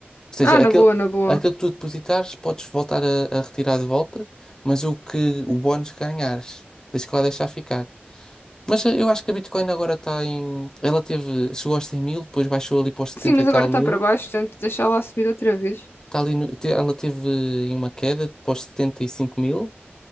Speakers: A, on the left; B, on the left.
A: Ou seja,
B: Ah, na
A: aquele,
B: boa, na boa.
A: aquele que tu depositares, podes voltar a, a retirar de volta, mas o que o bónus que ganhares, tens que lá deixar ficar. Mas eh, eu acho que a Bitcoin agora está em. Ela teve. Chegou aos 100 mil, depois baixou ali para os 70
B: Sim, mas
A: e tal
B: agora está
A: mil.
B: para baixo, portanto, deixar lá subir outra vez.
A: Está ali no- te- ela teve em uma queda para os 75 mil